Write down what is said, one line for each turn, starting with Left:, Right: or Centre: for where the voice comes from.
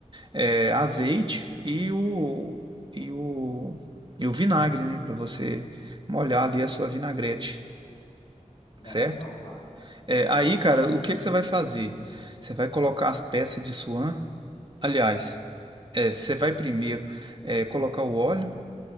Right: é, azeite
Left: tá.
Right: e o, e o, e o vinagre, né, para você molhar ali a sua vinagrete,
Left: Não,
Right: certo?
Left: então tá. Combinado.
Right: É, aí, cara, o que que você vai fazer? Você vai colocar as peças de suan. Aliás, é, você vai primeiro é, colocar o óleo,